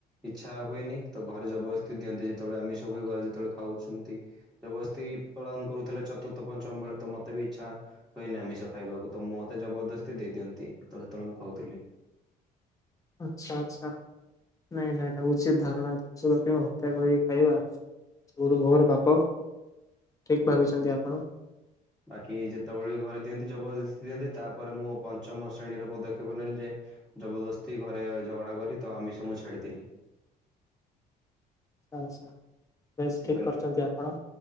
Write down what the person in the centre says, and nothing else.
ଇଚ୍ଛା ହୁଏନି। ତ ଘରେ ଜବରଦସ୍ତି ଦିଅନ୍ତି, ଯେତେବେଳେ ଆମିଷ ହୁଏ, ଘରେ ଯେତେବେଳେ ଖାଉଛନ୍ତି ଜବସ୍ତି ପ୍ରଦାନ କରୁଥିଲେ, ଚତୁର୍ଥ ପଞ୍ଚମ ବେଳେ ତ ମତେ ବି ଇଚ୍ଛା ହୁଏନି ଆମିଷ ଖାଇବାକୁ, ତ ମୁଁ ମତେ ଜବରଦସ୍ତି ଦେଇ ଦିଅନ୍ତି, ତ ସେତେବେଳେ ମୁଁ ଖାଉଥିଲି।
ତାପରେ
ବାକି ଯେତେବେଳେ ଘରେ ଦିଅନ୍ତି, ଜବରଦସ୍ତି ଦିଅନ୍ତି, ତାପରେ ମୁଁ ପଞ୍ଚମ ଶ୍ରେଣୀର ପଦକ୍ଷେପ ନେଲି ଯେ ଜବରଦସ୍ତି ଘରେ, ଝଗଡ଼ା କରି, ତ ଆମିଷ ମୁଁ ଛାଡ଼ିଦେଲି।
ସେ
କହିଲେ